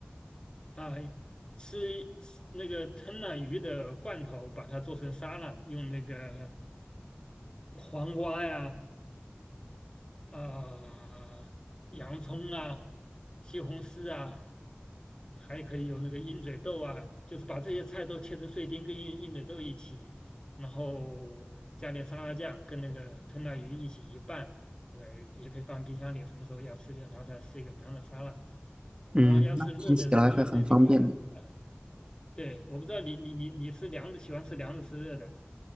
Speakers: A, on the left; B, on the right.
A: 啊、吃那个吞了鱼的罐头，把它做成沙拉，用那个黄瓜呀、啊、洋葱啊、西红柿啊，还可以有那个鹰嘴豆啊，就是把这些菜都切成碎丁，跟鹰鹰嘴豆一起，然后加点沙拉酱，跟那个吞拿鱼一起一拌，呃，也可以放冰箱里，什么时候要吃就拿出来吃一个凉的沙拉。
B: 嗯，
A: 然后要吃热的是那个呃，
B: 那听起来还很方便的。
A: 对，我不知道你你你你吃凉的，喜欢吃凉的吃热的，